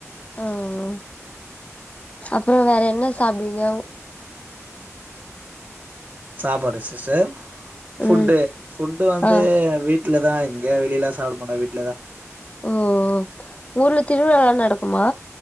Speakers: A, on the left; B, on the right.
A: ஆஹ் அப்றோ வேற என்ன சாப்டுவீங்க உ
B: <inaudible> சாப்பாடு சிஸ்டர் ஃபுட்டு
A: ம்
B: ஃபுட்டு வந்து
A: ஆ
B: வீட் வீட்டுல தா எங்கயோ வெளிலலா சாப்டமாட்டே வீட்டுல தா
A: ஓ ஊர்ல திருவிழாலா நடக்குமா